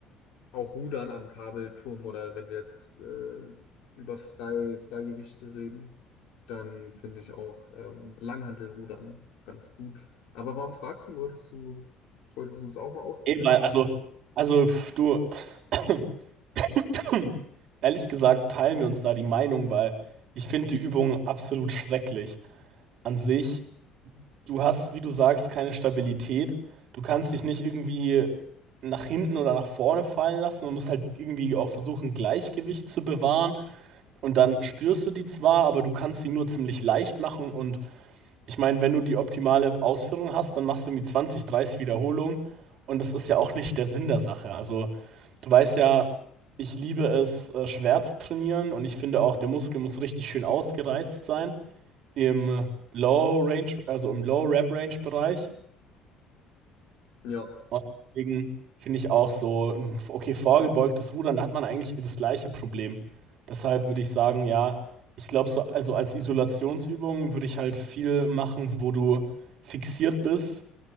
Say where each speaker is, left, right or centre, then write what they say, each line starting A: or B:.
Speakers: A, on the left (about 65°); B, on the right (about 50°).
A: auch Rudern am Kabelturm oder wenn wir jetzt äh, über Frei, Freigewichte reden, dann finde ich auch ähm, Langhantelrudern ganz gut. Aber warum fragst du, wolltest du, wolltest du es auch mal ausprobieren?
B: eh, weil, also, also, pf, du. <clears throat> <coughs> <clears throat> Hm. Ehrlich gesagt teilen wir uns da die Meinung, weil ich finde die Übung absolut schrecklich. An sich, du hast, wie du sagst, keine Stabilität. Du kannst dich nicht irgendwie nach hinten oder nach vorne fallen lassen. Du musst halt irgendwie auch versuchen, Gleichgewicht zu bewahren. Und dann spürst du die zwar, aber du kannst sie nur ziemlich leicht machen und ich meine, wenn du die optimale Ausführung hast, dann machst du irgendwie 20, 30 Wiederholungen. Und das ist ja auch nicht der Sinn der Sache. Also, du weißt ja, ich liebe es, äh, schwer zu trainieren. Und ich finde auch, der Muskel muss richtig schön ausgereizt sein. Im Low Range, also im Low Rep Range Bereich.
A: Ja,
B: Und deswegen finde ich auch so, ein- okay, vorgebeugtes Rudern, da hat man eigentlich das gleiche Problem. Deshalb würde ich sagen, ja, ich glaube, so, also als Isolationsübung würde ich halt viel machen, wo du fixiert bist.